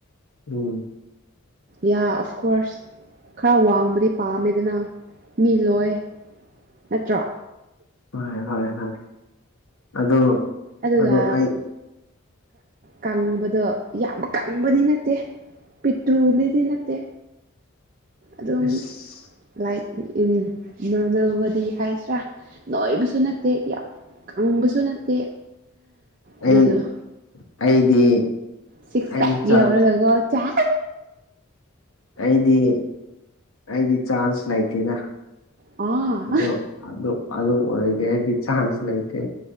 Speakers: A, on the left; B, on the right.
A: ꯎꯝ
B: ꯌꯥ ꯑꯐ ꯀꯣꯔꯁ ꯈꯔ ꯋꯥꯡꯕꯗꯤ ꯄꯥꯝꯃꯦꯗꯅ ꯃꯤ ꯂꯣꯏ ꯅꯠꯇ꯭ꯔꯣ
A: ꯍꯣꯏ ꯍꯣꯏ ꯍꯣꯏ ꯑꯗꯣ
B: ꯑꯗꯨꯒ
A: ꯑꯗꯣ ꯑꯩ
B: ꯀꯪꯕꯗꯣ ꯌꯥꯝ ꯀꯪꯕꯗꯤ ꯅꯠꯇꯦ ꯄꯤꯇ꯭ꯔꯨꯗꯤꯗꯤ ꯅꯠꯇꯦ ꯑꯗꯨꯝ
A: ꯑꯁ
B: ꯂꯥꯏꯛ ꯅꯣꯔꯃꯦꯜ ꯕꯣꯗꯤ ꯍꯥꯏꯁꯤ꯭ꯔꯥ ꯅꯣꯏꯕꯁꯨ ꯅꯠꯇꯦ ꯌꯥꯝ ꯑꯪꯕꯁꯨ ꯅꯠꯇꯦ ꯑꯗꯨꯗꯣ
A: ꯑꯩ ꯑꯩꯗꯤ
B: ꯁꯤꯛꯁ
A: ꯑꯩꯗꯤ
B: ꯄꯦꯛ
A: ꯆꯥꯟꯁ
B: ꯌꯥꯎꯔꯒꯒ ꯆ
A: ꯑꯩꯗꯤ ꯑꯩꯗꯤ ꯆꯥꯟꯁ ꯂꯥꯏꯇꯦꯗ
B: ꯑꯥ
A: ꯑꯣ ꯑꯗꯨꯣ ꯑꯗꯨ ꯑꯣꯏꯔꯒꯦ ꯍꯥꯏꯗꯤ ꯆꯥꯟꯁ ꯂꯩꯇꯦ